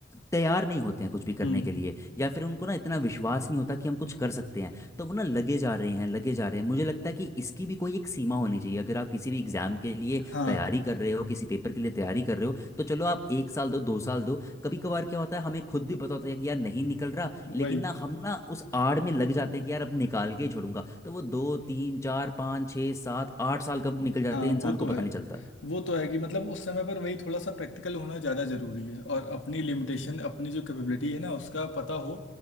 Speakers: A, on the left; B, on the left.
A: तैयार नहीं होते हैं कुछ भी करने
B: हम्म
A: के लिए या फिर उनको ना इतना विश्वास नहीं होता कि हम कुछ कर सकते हैं तो वो ना लगे जा रहे हैं लगे जा रहे हैं मुझे लगता है कि इसकी भी कोई एक सीमा होनी चाहिए अगर आप किसी भी एग्ज़ाम के लिए
B: हाँ
A: तैयारी कर रहे हो किसी पेपर के लिए तैयारी कर रहे हो तो चलो आप एक साल दो दो साल दो कभी कभार क्या होता है हमें खुद भी पता होता है कि यार नहीं निकल रहा लेकिन
B: वही
A: ना हम ना उस आड़ में लग जाते हैं कि यार अब निकाल के ही छोड़ूंगा तो वो दो तीन चार पाँच छः सात आठ साल कब निकल जाते
B: हाँ
A: हैं इंसान
B: वो
A: को
B: तो
A: पता
B: है
A: नहीं चलता
B: वो तो है कि मतलब उस समय पर वही थोड़ा सा प्रैक्टिकल होना ज़्यादा ज़रूरी है और अपनी लिमिटेशन अपनी जो कैपेबिलिटी है ना उसका पता हो